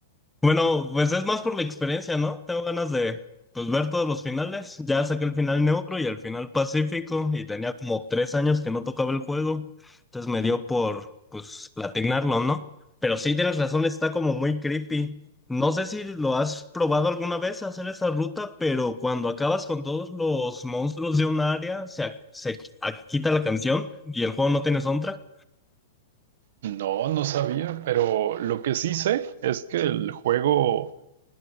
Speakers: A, in the centre; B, on the right (about 60°).
A: Bueno, pues es más por la experiencia, ¿no? Tengo ganas de pues ver todos los finales. Ya saqué el final neutro y el final pacífico y tenía como tres años que no tocaba el juego. Entonces me dio por pues platinarlo, ¿no? Pero sí tienes razón, está como muy creepy. No sé si lo has probado alguna vez hacer esa ruta, pero cuando acabas con todos los monstruos de un área, se, ac- se ac- quita la canción y el juego no tiene soundtrack.
B: No, no sabía, pero lo que sí sé es que el juego